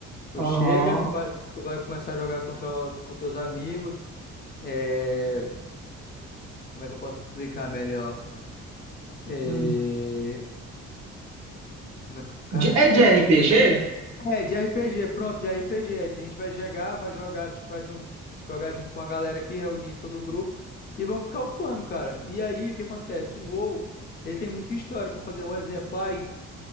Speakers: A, on the left; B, on the right.
A: Tu
B: Aham.
A: chega, tu vai, tu vai começar a jogar com, com teus amigos. É, Como é que eu posso explicar melhor? É,
B: Hum.
A: Como é que. Cara,
B: De- É de
A: peraí,
B: RPG?
A: deixa eu explicar. É, de RPG, pronto, de RPG. A gente vai chegar, vai jogar, a gente vai jun- jogar junto com a galera aqui, reunir todo o grupo e vamos ficar upando, cara. E aí, o que acontece? O WoW, ele tem muita história pra fazer. Um exemplo, ai,